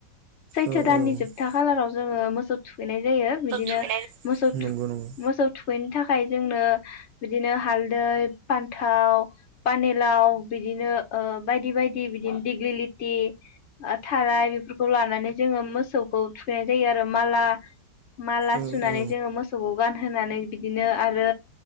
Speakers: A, on the left; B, on the right.
A: सैथो
B: औ
A: दाननि
B: औ मोसौ
A: जोबथा खालाराव जोङो मोसौ थुख खैनाय जायो बिदिनो
B: थुखैनाय
A: मोसौ
B: नंगौ
A: थुग
B: नंगौ
A: मोसौ थुग फैनो थाखाय जोंनो बिदिनो हालदै पान्थाव पानेलाव बिदिनो ओ बायदि बायदि बिदिनो दिग्लिलिति थाराय बेफोरखौ खौ लानानै जोङो मोसौखौ थुखैनाय जायो आरो माला माला
B: औ
A: सुनानै
B: औ
A: जोङो मोसौ गानहोनानै बिदिनो आरो